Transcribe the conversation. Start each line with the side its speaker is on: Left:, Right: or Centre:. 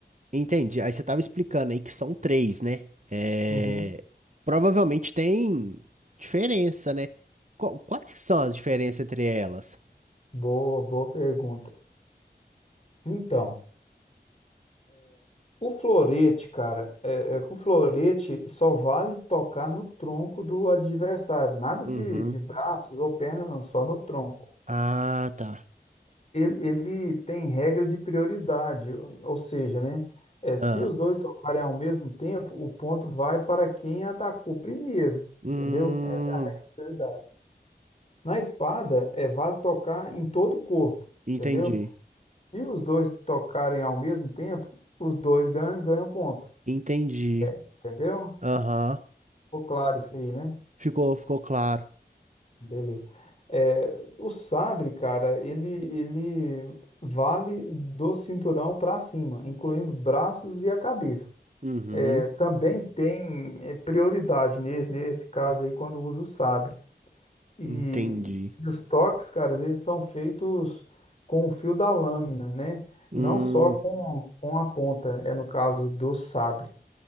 Right: entendi. Aí você tava explicando aí que são três, né? É,
Left: Uhum.
Right: provavelmente tem diferença, né? Qu- Quais que são as diferenças entre elas?
Left: Boa, boa pergunta. Então, o florete, cara, é, é que o florete só vale tocar no tronco do adversário, nada
Right: Uhum.
Left: de, de braços ou pernas, não, só no tronco.
Right: Ah, tá.
Left: Ele, ele tem regra de prioridade, ou ou seja, né, é, se
Right: Ah.
Left: os dois tocarem ao mesmo tempo, o ponto vai para quem atacou primeiro,
Right: Hum,
Left: entendeu? Essa é a regra de prioridade. Na espada, é vale tocar em todo o corpo,
Right: entendi.
Left: entendeu? E os dois tocarem ao mesmo tempo, os dois ganham, ganham ponto.
Right: Entendi.
Left: Entendeu?
Right: Aham.
Left: Ficou claro isso aí, né?
Right: Ficou, ficou claro.
Left: Beleza. É, o sabre, cara, ele, ele vale do cinturão para cima, incluindo braços e a cabeça.
Right: Uhum.
Left: É, também tem é, prioridade nesse, nesse caso aí quando usa o sabre. E,
Right: Entendi.
Left: e os toques, cara, eles são feitos com o fio da lâmina, né?
Right: Hum,
Left: Não só com, com a ponta, é no caso do sabre.